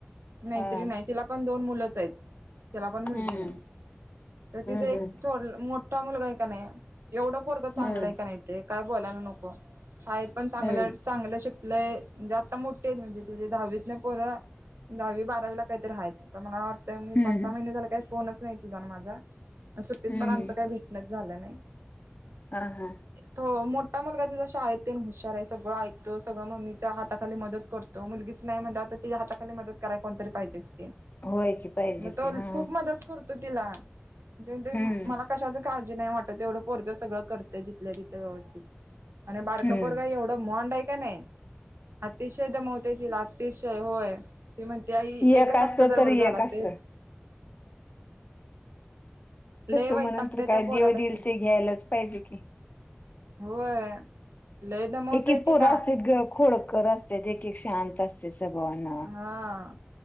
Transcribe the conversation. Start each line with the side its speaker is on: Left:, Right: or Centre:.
Right: मैत्रीण
Left: हा.
Right: हाय तिला पण दोन मुलंच आहेत त्याला पण मुलगी
Left: हम्म
Right: नाही तर
Left: हम्म
Right: तिथे एक
Left: हम्म
Right: थोड मोठा मुलगा आहे का नाही एवढं पोरगं चांगलंय
Left: हम्म
Right: का नाही ते काय बोलायला नको शाळेत पण चांगलं
Left: हम्म
Right: चांगलं शिकलंय म्हणजे आता मोठ टेन म्हणजे तिे दहावीत पोर दहावी बारावीला काहीतरी राहायचं मला वाट मी
Left: हम्म
Right: पाच सहा महिने झाले काही फोनच नाही तिझा आणि माझा आणि सुट्टीत
Left: हम्म
Right: पण आमच काही भेटणच झालं नाही
Left: हा हा.
Right: तो मोठ. ता मुलगाचे जश आहेत ते हशार सगळ ऐकतो सगळ मम्मीच्या हाताली मदत करतो मुलगी. नाही म्हण हााली मदत कराय कोणतरी पाहिजेच की
Left: होय की पाहिजे
Right: मग
Left: की
Right: तो
Left: हा
Right: खूप मदत करतो. तिला म्ह
Left: हम्म
Right: मला कशाच का. नाही वाटत तेवढं पोरगं सगळं करंय जिथल्या तिथे व्यवस्थित. आणि बारकापोरग
Left: हम्म
Right: एवढं मांड आहे का नाही अतिशय. ला तिसशय होय. ती म्हणते आई एकच
Left: एक अस
Right: असतं
Left: तर
Right: बरं
Left: एक
Right: झालं असतय
Left: अस.
Right: लय
Left: तस
Right: वैतागते
Left: मग नंतर काय
Right: त्या पोराला
Left: देव देईल
Right: ती
Left: ते घ्यायलाच पाहिजे की.
Right: होय. लय दमवतय
Left: एक एक पोर
Right: तिला
Left: असत ग खोड. कर असते देख एक शांत असते सभावन.
Right: हा